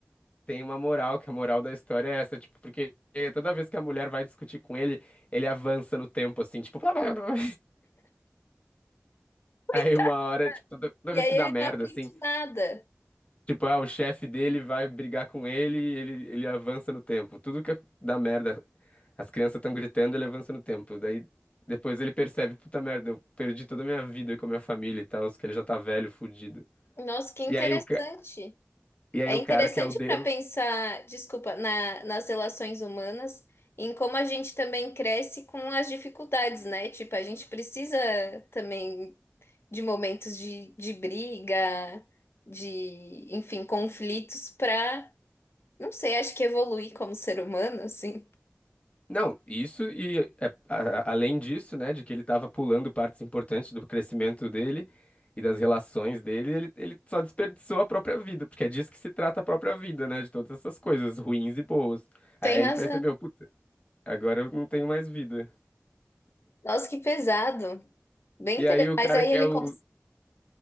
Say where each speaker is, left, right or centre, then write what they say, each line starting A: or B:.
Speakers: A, on the left; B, on the left.
A: tem uma moral, que a moral da história é essa, tipo, porque toda vez que a mulher vai discutir com ele, ele avança no tempo, assim, tipo, blá, blá, blá, blá.
B: Coitado.
A: aí uma hora, tipo, toda, toda
B: E
A: vez
B: aí
A: que
B: ele
A: dá merda,
B: não aprende
A: assim,
B: nada.
A: tipo, ah, o chefe dele vai brigar com ele e ele, ele avança no tempo. Tudo que dá merda, as crianças estão gritando, ele avança no tempo. Daí depois ele percebe, puta merda, eu perdi toda a minha vida com a minha família e tal, que ele já tá velho, fudido.
B: Nossa, que interessante.
A: E aí o, ca- e aí
B: É
A: o
B: interessante
A: cara que é o Deus.
B: para pensar, desculpa, na- nas relações humanas, em como a gente também cresce com as dificuldades, né? Tipo, a gente precisa também de momentos de, de briga, de, enfim, conflitos para, não sei, acho que evoluir como ser humano, assim.
A: Não, isso e é, a- a- além disso, né, de que ele estava pulando partes importantes do crescimento dele e das relações dele, ele, ele só desperdiçou a própria vida, porque é disso que se trata a própria vida, né, de todas essas coisas ruins e boas.
B: Tem
A: Aí
B: razão.
A: ele percebeu, puta, agora eu não tenho mais vida.
B: Nossa, que pesado. Bem
A: E
B: interessante.
A: aí o
B: Mas
A: cara
B: aí
A: que
B: ele,
A: é o
B: cons-